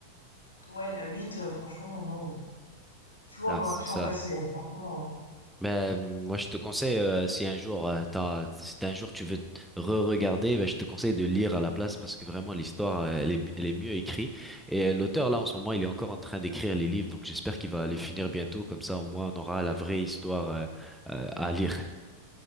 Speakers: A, on the left (about 80°); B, in the centre.
A: ouais, la huit, euh, franchement, non. Tu vois,
B: Là,
A: on aurait
B: c'est
A: pu s'en
B: ça.
A: passer, hein, franchement. hein.
B: Mais euh, moi, je te conseille, euh, si un jour, euh, t'as- si un jour tu veux t- re-regarder, ben, je te conseille de lire à la place parce que vraiment, l'histoire, euh, elle est, elle est mieux écrite. Et euh, l'auteur, là, en ce moment, il est encore en train d'écrire les livres. Donc, j'espère qu'il va les finir bientôt. Comme ça, au moins, on aura la vraie histoire euh, euh, à lire.